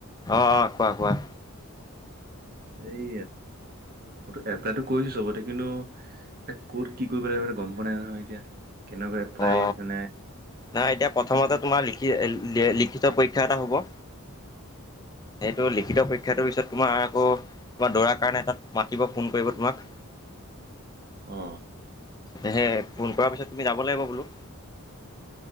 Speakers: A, on the left (about 15°); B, on the right (about 40°).
A: অ, অ কোৱা, কোৱা।
B: এই মইটো এপ্লাইটো কৰিছো চবতে, কিন্তু এ ক'ত, কি কৰিব লাগিব গম পোৱা নাই নহয় এতিয়া। কেনেকুৱা এপ্লাই
A: অ,
B: মানে
A: নাই এতিয়া প্ৰথমতে তোমাৰ লিখ কি এ লিখিত পৰীক্ষা এটা হ'ব। সেইটো লিখিত পৰীক্ষাটোৰ পিছত তোমাৰ আকৌ তোমাৰ দৌৰাৰ কাৰণে তাত মাতিব, ফোন কৰিব তোমাক।
B: অ।
A: হে হে ফোন কৰাৰ পিছত তুমি যাব লাগিব বোলো।